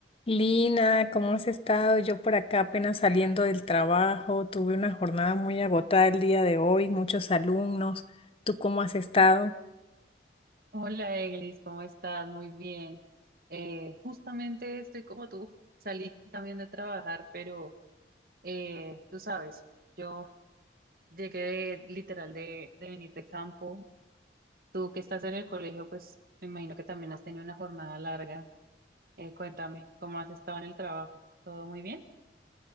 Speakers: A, on the left; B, on the right.
A: Lina, ¿cómo has estado? Yo por acá apenas saliendo del trabajo, tuve una jornada muy agotada el día de hoy, muchos alumnos. ¿Tú cómo has estado?
B: Hola, Eglis, ¿cómo estás? Muy bien. Eh, justamente estoy como tú, salí también de trabajar, pero eh, tú sabes, yo llegué de, literal de, de venir de campo. Tú que estás en el colegio, pues me imagino que también has tenido una jornada larga. Eh, cuéntame, ¿cómo has estado en el trabajo? ¿Todo muy bien?